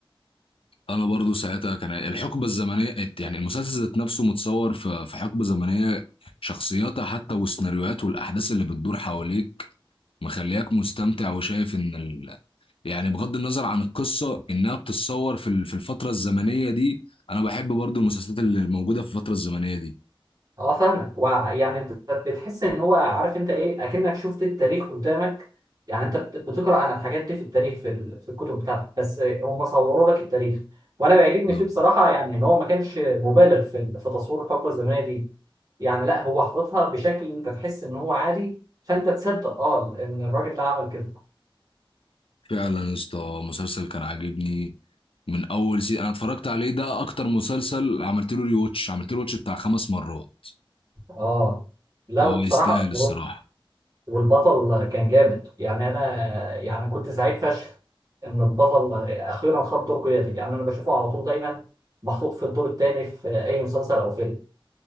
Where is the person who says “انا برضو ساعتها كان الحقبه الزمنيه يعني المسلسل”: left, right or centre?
Left